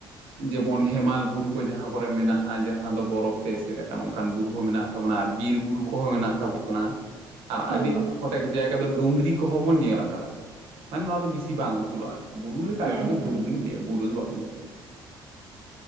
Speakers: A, on the right; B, on the right.
A: ᱡᱮᱢᱚᱱ ᱦᱮᱢᱟᱞ ᱵᱩᱨᱩ ᱠᱚ ᱡᱟᱦᱟᱸ ᱠᱚᱨᱮ ᱢᱮᱱᱟᱜᱼᱟ ᱡᱟᱦᱟᱸ ᱫᱚ ᱵᱚᱨᱚᱯᱷ ᱛᱮ ᱮᱥᱮᱫ ᱟᱠᱟᱱ ᱚᱱᱠᱟᱱ ᱵᱩᱨᱩ ᱦᱚᱸ ᱢᱮᱱᱟᱜ ᱛᱟᱵᱩᱱᱟ ᱟᱨ ᱵᱤᱨ ᱵᱩᱨᱩ ᱠᱚᱦᱚᱸ ᱢᱮᱱᱟᱜ ᱛᱟᱵᱚᱱᱟ ᱾ ᱟᱨ
B: ᱦᱳᱭ
A: ᱟᱹᱰᱤ ᱠᱚᱛᱮᱜ ᱡᱟᱭᱜᱟ ᱫᱚ ᱰᱩᱝᱨᱤ ᱠᱚᱦᱚᱸ ᱵᱚᱱ ᱧᱮᱞ ᱟᱠᱟᱫᱟ ᱢᱟᱱᱮ ᱱᱚᱣᱟ ᱫᱚ ᱵᱤᱥᱤ ᱵᱟᱝ ᱩᱥᱩᱞᱚᱜᱼᱟᱨ ᱠᱤ ᱾ ᱵᱩᱨᱩ ᱞᱮᱠᱟ
B: ᱦᱮᱸ
A: ᱜᱮ ᱤᱧᱫᱚ
B: ᱦᱮᱸ
A: ᱰᱩᱝᱨᱤᱧ ᱞᱟᱹᱭᱟ ᱵᱩᱨᱩᱨ ᱫᱚ ᱵᱟᱵᱚᱱ ᱞᱟᱹᱭ ᱾